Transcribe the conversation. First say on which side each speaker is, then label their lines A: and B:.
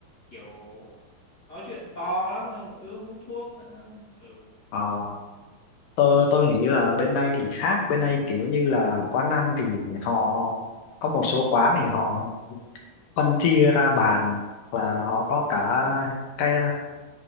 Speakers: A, on the left (about 40°); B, on the left (about 75°).
A: kiểu nói chuyện to lắm xong cứ hút thuốc nữa ừ
B: ờ tôi tôi nghĩ là bên đây thì khác bên đây kiểu như là quán ăn thì họ có một số quán thì họ phân chia ra bàn hoặc là họ có cả cái